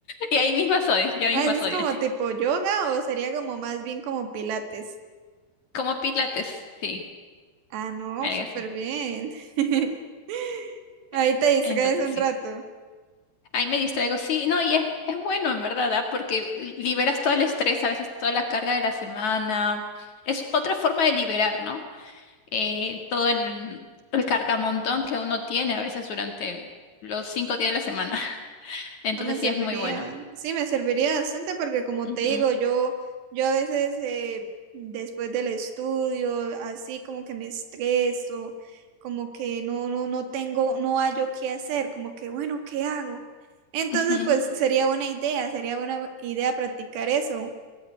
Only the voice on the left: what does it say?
Y ahí misma soy, yo misma
soy.
Como pilates, sí,
algo
así.
Eh,
Entonces
sí,
ahí me distraigo, sí, no, y es, es bueno en verdad, ¿ah? Porque li- liberas todo el estrés, a veces toda la carga de la semana, es otra forma de liberar, ¿no? Eh, todo el, el cargamontón que uno tiene a veces durante los cinco días de la semana, <laughs> entonces
sí es muy bueno.
Ujú,
ujú.